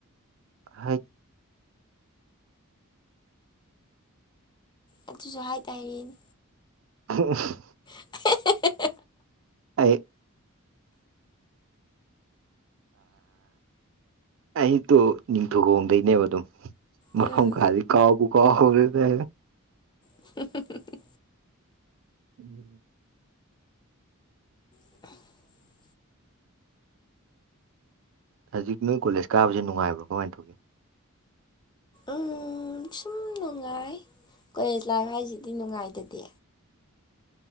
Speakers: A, on the right; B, on the left.
A: ꯍꯥꯠ <inaudible>
B: ꯑꯗꯨꯁꯨ ꯍꯥꯏꯇꯥꯔꯦꯅꯦ
A: ꯎ <inaudible>
B: <inaudible>
A: ꯑꯩ ꯑꯩꯗꯣ ꯅꯤꯡꯊꯧꯈꯣꯡꯗꯩꯅꯦꯕ ꯑꯗꯨꯝ ꯃꯐꯝ
B: ꯎꯝ
A: ꯀꯗꯤ ꯀꯥꯎꯕꯨ ꯀꯥꯎꯔꯦꯗ
B: ꯍ <inaudible>
A: ꯎꯝ
B: <unintelligible>
A: ꯍꯧꯖꯤꯛ ꯅꯣꯏ ꯀꯣꯂꯦꯖ ꯀꯥꯕꯁꯤ ꯉꯥꯏꯕ꯭ꯔꯣ ꯀꯃꯥꯏꯅ ꯇꯧꯒꯦ
B: ꯎ ꯁꯨꯝ ꯅꯨꯡꯉꯥꯏ ꯀꯣꯂꯦꯖ ꯂꯥꯏꯐ ꯍꯥꯏꯁꯤꯗꯤ ꯅꯨꯡꯉꯥꯏꯗꯗꯤ